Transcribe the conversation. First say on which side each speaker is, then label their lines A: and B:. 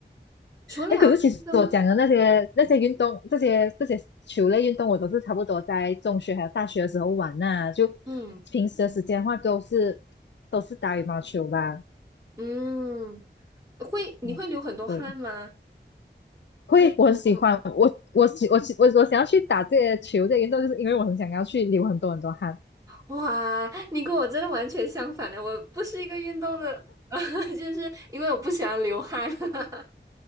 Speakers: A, on the right; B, on the left.
A: 除了运动，
B: 哎，可是其实我讲的那些那些运动，这些这些球类运动，我都是差不多在中学还有大学的时候玩呐、就
A: 嗯
B: 平时的时间的话，都是都是打羽毛球吧。
A: 嗯，会你会流很多汗吗？
B: 嗯，对，会，
A: 运动的话
B: 我很喜欢，我我喜我喜我我想要去打这些球这原运动，就是因为我很想要去流很多很多汗。
A: 哇，你跟我真的完全相反的，我不是一个运动的，<laughs> 就是因为我不喜欢流汗。<laughs>